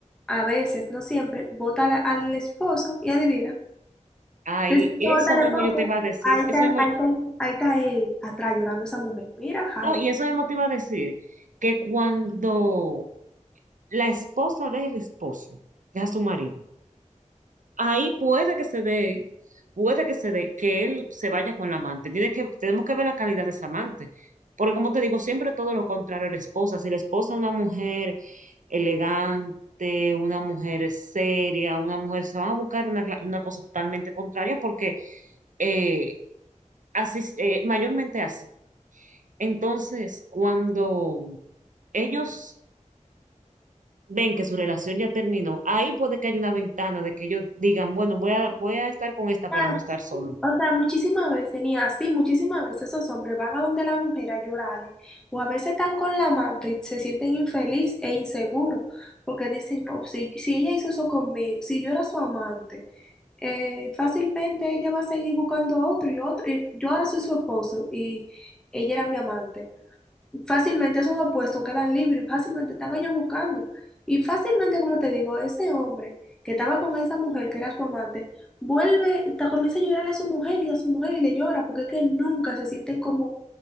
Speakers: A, in the centre; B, on the right.
A: A veces, no siempre, vota a la- al esposo y adivina.
B: Ay,
A: Después
B: eso
A: que vota al
B: mismo
A: esposo,
B: yo te iba a decir,
A: ahí está,
B: eso mismo,
A: ahí está, ahí está él atrás llorando a esa mujer. Mira, Jaime.
B: no, y eso mismo te iba a decir que cuando la esposa del esposo, que es a su marido. Ahí puede que se dé, puede que se dé, que él se vaya con la amante. Tiene que, tenemos que ver la calidad de esa amante. Porque como te digo, siempre todo lo contrario a la esposa. Si la esposa es una mujer elegante, una mujer seria, una mujer, se van a buscar una, cla- una cosa totalmente contraria porque eh, así, eh, mayormente así. Entonces, cuando ellos ven que su relación ya terminó, ahí puede que haya una ventana de que ellos digan, bueno, voy a, voy a estar con esta
A: Ah,
B: para no estar solo.
A: O sea, muchísimas veces, ni así, muchísimas veces esos hombres van a donde la mujer a llorarle, o a veces están con la amante y se sienten infeliz e inseguros, porque dicen, no, si, si ella hizo eso conmigo, si yo era su amante, eh, fácilmente ella va a seguir buscando otro y otro, y yo ahora soy su esposo y ella era mi amante. Fácilmente esos dos puestos quedan libres, fácilmente están ellos buscando. Y fácilmente, como te digo, ese hombre que estaba con esa mujer que era su amante, vuelve, ta- comienza a llorarle a su mujer y a su mujer y le llora, porque es que nunca se sienten como